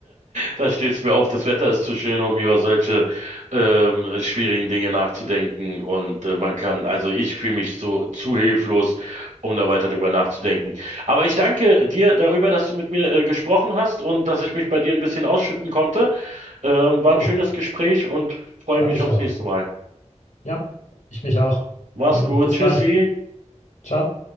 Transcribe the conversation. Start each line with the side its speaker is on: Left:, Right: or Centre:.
Right: da steht's mir auf. Das Wetter ist zu schön, um über solche ähm, schwierigen Dinge nachzudenken. Und äh, man kann, also ich fühle mich so zu hilflos, um da weiter drüber nachzudenken. Aber ich danke dir darüber, dass du mit mir äh, gesprochen hast und dass ich mich bei dir ein bisschen ausschütten konnte. Ähm, war
Left: Jo,
Right: ein schönes Gespräch und freue
Left: fand
Right: mich
Left: ich
Right: aufs
Left: auch.
Right: nächste Mal.
Left: Ja, ich mich auch.
Right: Mach's
Left: Dann
Right: gut.
Left: bis
Right: Tschüssi.
Left: bald. Ciao.